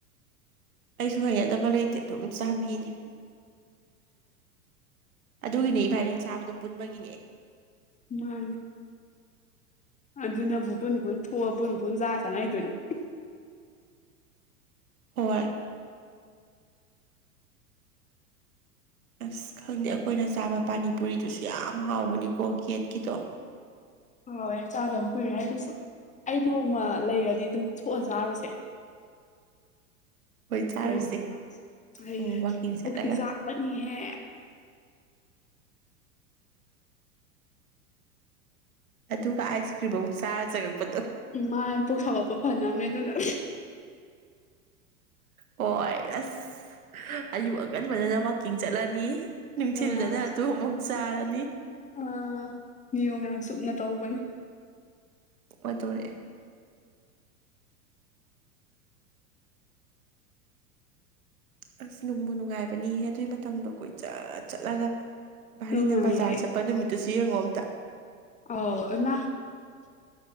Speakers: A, on the right; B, on the left.
A: ꯑꯩꯁꯨ ꯍꯩꯅꯗꯕ ꯂꯩꯇꯦ ꯑꯗꯨꯝ ꯆꯥꯕꯤꯅꯦ ꯑꯗꯨꯒꯤꯅꯦ ꯏꯕꯥꯅꯤ ꯆꯥꯕꯗꯥ ꯄꯨꯟꯕꯒꯤꯅꯦ
B: ꯃꯥꯅꯤ ꯑꯗꯨꯅꯕꯨ ꯄꯨꯨꯟ ꯄꯨꯨꯟ ꯊꯣꯛꯑ ꯄꯨꯟ ꯄꯨꯟ ꯆꯥ ꯆꯪꯉꯥꯛꯏꯗꯨꯅꯤ
A: ꯍꯣꯏ ꯑꯁ ꯈꯪꯗꯦ ꯑꯩꯈꯣꯏꯅ ꯆꯥꯕ ꯄꯥꯅꯤꯄꯨꯔꯤꯗꯨꯁꯨ ꯌꯥꯝ ꯍꯥꯎꯕꯅꯤꯀꯣ ꯒꯦꯠꯀꯤꯗꯣ
B: ꯍꫭꯏ ꯆꯥꯗꯕ ꯀꯨꯏꯔꯦ ꯑꯗꯨꯁꯨ ꯑꯩ ꯅꯣꯡꯃ ꯂꯩꯔꯗꯤ ꯑꯗꯨꯝ ꯊꯣꯛꯑ ꯆꯥꯔꯨꯁꯦ
A: ꯍꯣꯏ ꯆꯥꯔꯨꯁꯦ
B: ꯀꯩꯒꯨꯝꯕ ꯂꯩꯩꯔꯗꯤ
A: ꯎꯝ ꯋꯥꯛꯀꯤꯡ ꯆꯠꯂꯒ
B: ꯄꯨꯛꯇꯤ ꯆꯥꯛꯄꯅꯤꯍꯦ
A: ꯑꯗꯨꯒ ꯑꯥꯏꯁ ꯀ꯭ꯔꯤꯝ ꯑꯃꯨꯛ ꯆꯥꯔ ꯆꯪꯉꯛꯄꯗꯣ
B: ꯎ ꯃꯥꯅꯦ ꯄꯨꯛ ꯁꯥꯒꯠꯄ ꯐꯅꯕꯅꯦ ꯑꯗꯨꯅ
A: ꯍꯣꯏ ꯑꯁ ꯑꯩꯕꯨ ꯑꯀꯟꯕꯅ ꯅꯃꯥꯛ ꯀꯤꯡ ꯆꯠꯂꯅꯤ ꯅꯨꯡꯊꯤꯜꯗꯅ
B: ꯑꯥ
A: ꯑꯗꯨ ꯑꯃꯨꯛ ꯆꯥꯔꯅꯤ
B: ꯑꯥ ꯅꯤꯌꯣ ꯌꯥꯝ ꯆꯨꯝꯅ ꯇꯧꯕꯅꯤ
A: ꯑꯗꯨꯅꯦ ꯑꯁ ꯅꯨꯡꯕꯨ ꯅꯨꯡꯉꯥꯏꯕꯅꯤꯍꯦ ꯑꯗꯨꯒꯤ ꯃꯇꯝꯗꯣ ꯀꯣꯏ ꯆꯠ ꯆꯠꯂꯒ ꯚꯥꯔꯤꯅ
B: ꯅꯨꯡꯉꯥꯏꯌꯦ
A: ꯕꯖꯥꯔ ꯆꯠꯄ ꯅꯨꯃꯤꯠꯇꯨꯁꯨ ꯌꯦꯡꯉꯣꯝꯇ
B: ꯑꯥꯎ ꯑꫭꯏ ꯏꯃꯥ